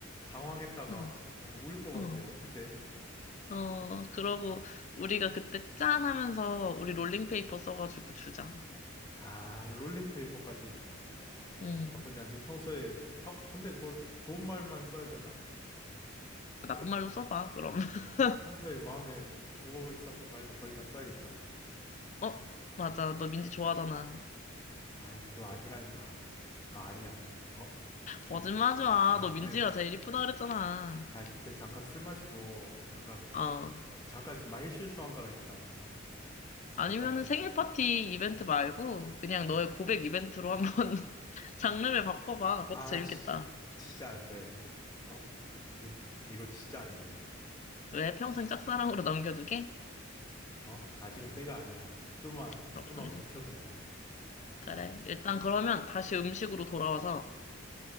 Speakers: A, on the left; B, on the left.
A: 당황했다가,
B: 응,
A: 어, 울것 같아.
B: 응.
A: 어떡해?
B: 어, 그러고 우리가 그때 짠 하면서 우리 롤링페이퍼 써가지고 주자.
A: 아, 롤링페이퍼까지.
B: 응.
A: 아, 나쁘지 않지. 평소에 하고, 근데 그거 좋은 말만 써야 되나?
B: 나쁜
A: 좀,
B: 말로 써봐, 그럼. <laughs>
A: 어, 평소에 마음에 두고 있었던 말도 거의 다 써야겠다.
B: 어, 맞아. 너 민지 좋아하잖아.
A: 아이, 그거 아니라니까. 그거 아니야. 어?
B: 거짓말하지
A: 그,
B: 마.
A: 아이,
B: 너
A: 그때,
B: 민지가 제일 이쁘다 그랬잖아.
A: 아이, 그때 잠깐 술 마시고, 잠깐,
B: 어. 어.
A: 어, 잠깐 말 실수한 거라니까. 어? 아, 절대
B: 아니면은
A: 아니야.
B: 생일 파티 이벤트 말고 그냥 너의 고백 이벤트로 한번 <laughs> 장르를 바꿔봐. 그것도
A: 아,
B: 재밌겠다.
A: 진짜, 진짜 안 돼. 어? 근데 이거 진짜 안 돼.
B: 왜 평생 짝사랑으로 남겨두게?
A: 어? 아직은 때가 아니야. 좀만,
B: 그렇구나.
A: 좀만 묵혀두자. 알지?
B: 그래. 일단 그러면 다시 음식으로 돌아와서